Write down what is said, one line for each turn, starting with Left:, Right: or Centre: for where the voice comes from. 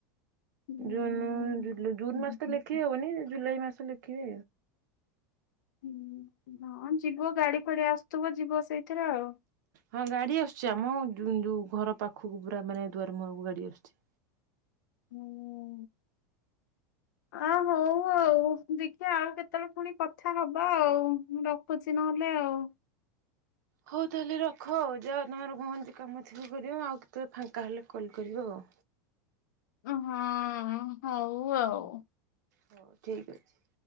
Left: ହୁଁ।
Right: ଜୁନ ଜୁନ୍ ମାସ ତ ଲେଖି ହବନି ଜୁଲାଇ ମାସ ଲେଖିବେ।
Left: ହୁଁ ହଁ ଯିବ ଗାଡି ଫାଡି ଆସୁଥିବ ଯିବ ସେଇଥିରେ ଆଉ।
Right: ହଁ ଗାଡି ଆସୁଛି ଆମ ଯୋଉ ଘର ପାଖକୁ ପୁରା ମାନେ ଦୁଆର ମୁହାକୁ ଗାଡି ଆସୁଛି।
Left: ହୁଁ ଆ ହଉ ଆଉ ଦେଖିବା ଆଉ କେତେବେଳେ ପୁଣି କଥା ହବା ଆଉ ମୁ ରଖୁଛି ନହେଲେ ଆଉ।
Right: ହଉ ତାହେଲେ ରଖ ଯାଅ ତମର ପହଞ୍ଚି କାମ ଥିବ କରିବ ଆଉ କେତେବେଳେ ଫାଙ୍କା ହେଲେ କଲ୍ କରିବ ଆଉ।
Left: ହଁ ହଉ ଆଉ।
Right: ହଉ ଠିକ ଅଛି।